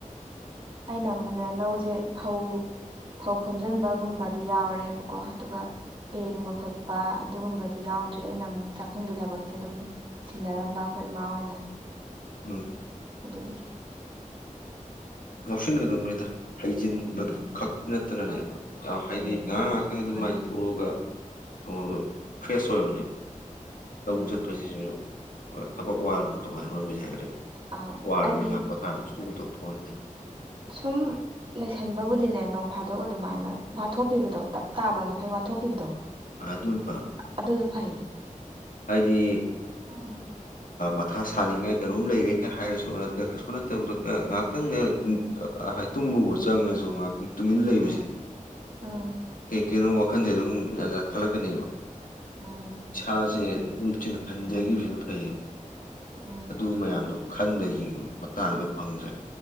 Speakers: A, on the right; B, on the left.
A: ꯑꯩꯅ ꯑꯃꯨꯛꯅꯦ ꯂꯧꯖꯦ ꯐꯧ ꯐꯧ ꯈꯣꯝꯖꯤꯟꯕꯒꯨꯝꯕꯗꯤ ꯌꯥꯎꯔꯦꯕꯀꯣ ꯑꯗꯨꯒ ꯄꯦꯡꯕ ꯈꯣꯠꯄ ꯄ ꯑꯗꯨꯒꯨꯝꯕꯗꯤ ꯌꯥꯎꯗ꯭ꯔꯤ ꯑꯩꯅ ꯑꯃꯨꯛ ꯆꯥꯛꯈꯨꯝꯒꯤ ꯊꯕꯛꯁꯦ ꯑꯗꯨꯝ ꯁꯤꯟꯅꯔꯝꯕ ꯑꯩꯈꯣꯏ ꯏꯃꯥ ꯍꯣꯏꯅ
B: ꯎꯝ
A: ꯑꯗꯨꯒꯤ
B: ꯉ ꯂꯧꯁꯤꯟꯒꯗꯧꯅꯤꯗ ꯍꯩꯖꯤꯟꯕ
A: ꯎꯝ
B: ꯈꯛꯇꯤ ꯅꯠꯇꯅꯅꯦꯕ ꯍꯥꯏꯗꯤ
A: ꯎꯝ
B: ꯉꯥꯏꯍꯥꯛ ꯉꯥꯏꯍꯥꯛꯇꯪ ꯑꯗꯨꯃꯥꯏꯅ
A: ꯃꯥꯅꯦ
B: ꯊꯣꯛꯑꯒ ꯊꯉꯣꯗꯣ ꯐ꯭ꯔꯦꯁ ꯑꯣꯏꯕꯅꯦꯕ ꯂꯧꯕꯛ
A: ꯎꯝ
B: ꯆꯠꯄꯁꯤꯁꯨ ꯊꯕꯛ ꯋꯥꯕꯅ ꯇꯣꯉꯥꯟꯕ ꯃꯤꯖꯈ꯭ꯔꯦ
A: ꯑꯥꯎ
B: ꯋꯥꯔ
A: ꯑꯩꯗꯤ
B: ꯉ ꯄꯣꯊꯥ ꯁꯨꯗ ꯐꯣꯟꯅꯤ
A: ꯁꯨꯝ ꯂꯩꯁꯟꯕꯕꯨꯗꯤꯅꯦ ꯅꯣꯡ ꯐꯥꯗꯣꯛ ꯑꯗꯨꯃꯥꯏꯅ ꯋꯥꯊꯣꯛꯈꯤꯕꯗꯣ ꯇꯞ ꯇꯥꯕ ꯃꯈꯩ ꯋꯥꯊꯣꯛꯈꯤꯕꯗꯣ
B: ꯑꯗꯨꯅ ꯐꯕꯅꯤ
A: ꯑꯗꯨꯁꯨ ꯐꯩ
B: ꯍꯥꯏꯗꯤ
A: ꯎꯝ
B: ꯑ ꯊꯥ ꯁꯥꯅꯤꯡꯉꯥꯏ ꯀꯩꯅꯣꯝ ꯂꯩꯔꯦꯒ ꯍꯥꯏꯔꯁꯨꯠꯇ ꯀꯩꯁꯨ ꯅꯠꯇꯕꯗ ꯉꯥꯏꯍꯥꯛꯇꯪ ꯨꯕ ꯆꯪꯉꯁꯨ ꯉꯥꯏꯍꯥꯛꯇꯪ ꯇꯨꯃꯤꯟ ꯂꯩꯕꯁꯦ
A: ꯎꯝ
B: ꯀꯩ ꯀꯩꯅꯣ ꯋꯥꯈꯟꯁꯦ ꯑꯗꯨꯝ ꯈꯜꯂꯛꯀꯅꯦꯕ
A: ꯎꯝ
B: ꯁꯥꯁꯦ ꯑꯗꯨꯝ ꯆꯤꯡꯍꯟꯖꯈꯤꯕꯁꯨ ꯐꯩꯌꯦꯕ
A: ꯎꯝ
B: ꯑꯗꯨ ꯃꯌꯥꯝꯗꯣ ꯈꯟꯕꯒꯤ ꯃꯇꯥꯡꯗ ꯐꯪꯗ꯭ꯔꯦ